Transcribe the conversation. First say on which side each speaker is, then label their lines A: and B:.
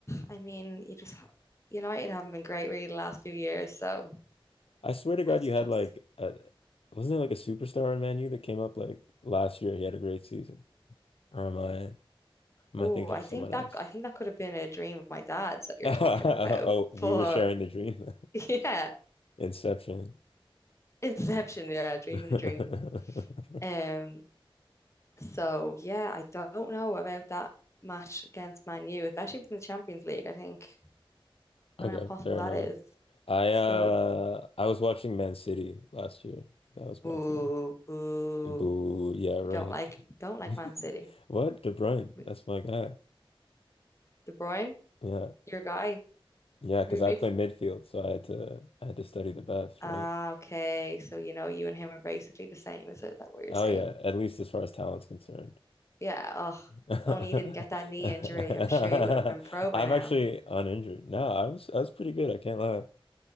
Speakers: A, on the left; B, on the left.
A: I mean, you just United haven't been great really the last few years, so
B: I swear to God,
A: I have to
B: you had
A: just.
B: like a, wasn't there like a superstar on Man U that came up like last year? He had a great season. Or am I am
A: Oh,
B: I thinking
A: I
B: of
A: think
B: someone
A: that
B: else?
A: I think that could have been a dream of my dad's
B: <laughs>
A: that you're
B: Oh,
A: talking about.
B: we
A: But
B: were sharing the dream.
A: <laughs> yeah.
B: <laughs> Inception.
A: Inception, yeah, dream
B: <laughs>
A: in a dream. Um, so yeah, I don't know about that match against Man U, especially within the Champions League. I think don't
B: Okay,
A: know how possible
B: fair
A: that
B: enough.
A: is.
B: I
A: So
B: uh I was watching Man City last year. That was
A: boo,
B: my team.
A: boo.
B: Boo, yeah, right.
A: We don't like don't like
B: <laughs>
A: Man City.
B: What? De Bruyne,
A: We-
B: that's my guy.
A: De Bruyne,
B: Yeah.
A: your guy,
B: Yeah, because
A: we big.
B: I play
A: f-
B: midfield, so I had to I had to study the best,
A: Ah,
B: right?
A: okay. So you know you and him are basically the same. Is that, is that what you're
B: Oh
A: saying?
B: yeah, at least as far as talent's concerned.
A: Yeah. Oh,
B: Yeah.
A: if only you didn't get
B: <laughs>
A: that knee injury. I'm sure you would have been pro by
B: I'm
A: now.
B: actually uninjured. No, I was I was pretty good, I can't lie.